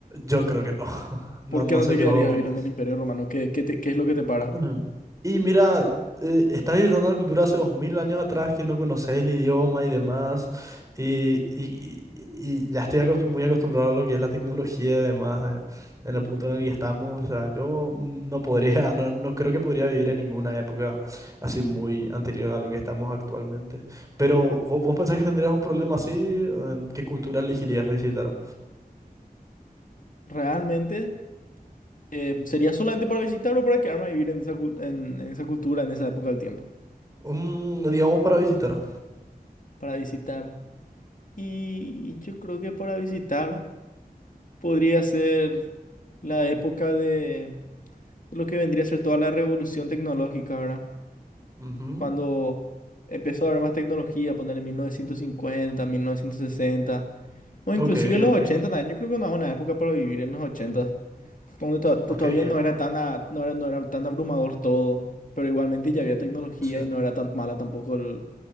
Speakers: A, on the right; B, on the left.
A: Yo creo que no. <laughs>
B: ¿Por
A: No, no
B: qué no
A: sé
B: te
A: qué
B: quedarías
A: vos opinas.
B: a vivir en el Imperio Romano? ¿Qué, qué te- qué es lo que te para?
A: Ujú. Y mira, eh, estás visitando una cultura hace dos mil años atrás que no conoces el idioma y demás, y, y- y- y ya estoy acostum- muy acostumbrado a lo que es la tecnología y demás, eh, en el punto en el que estamos. O sea, yo no podría, <laughs> no, no creo que podría vivir en ninguna época así muy anterior a lo que estamos actualmente. Pero, ¿vo- ¿vos, pensás que tendrías un problema así? Eh, ¿Qué cultura elegirías visitar?
B: ¿Realmente eh, sería solamente para visitarlo o para quedarme a vivir en esa, cu- en, en esa cultura, en esa época del tiempo?
A: Mm, digamos para visitar.
B: Para visitar. Y yo creo que para visitar podría ser la época de lo que vendría a ser toda la revolución tecnológica, ¿verdad?
A: Ujú.
B: Cuando empezó a haber más tecnología, poner en mil mil novecientos cincuenta, mil novecientos sesenta o inclusive
A: Ok,
B: los
A: ok,
B: 80 también. Yo creo que una buena época para vivir en los 80. Como que to- to-
A: ok.
B: todavía no era tan a- no era, no era tan abrumador todo, pero igualmente ya
A: Mm,
B: había tecnología
A: cier-
B: y no era tan mala tampoco el-